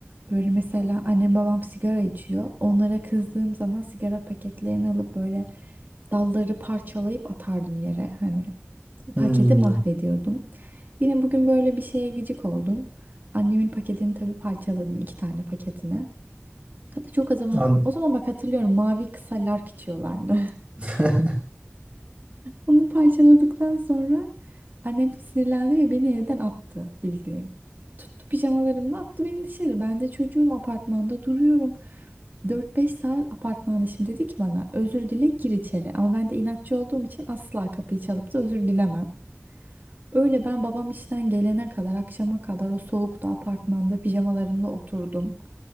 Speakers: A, on the right; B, on the right.
A: böyle mesela annem babam sigara içiyor. Onlara kızdığım zaman sigara paketlerini alıp böyle dalları parçalayıp atardım yere. Hani
B: Hmm,
A: paketi mahvediyordum. Yine bugün böyle bir şeye gıcık oldum. Annemin paketini tabii parçaladım iki tane paketine. Hatta çok az zaman,
B: An-
A: o zaman bak hatırlıyorum mavi kısa lark içiyorlardı.
B: <laughs>
A: Bunu parçaladıktan sonra annem sinirlendi ve beni evden attı bildiğin. Tuttu pijamalarımla attı beni dışarı. Ben de çocuğum apartmanda duruyorum. Dört beş saat apartmanda şimdi dedi ki bana özür dile gir içeri. Ama ben de inatçı olduğum için asla kapıyı çalıp da özür dilemem. Öyle ben babam işten gelene kadar akşama kadar o soğukta apartmanda pijamalarımla oturdum.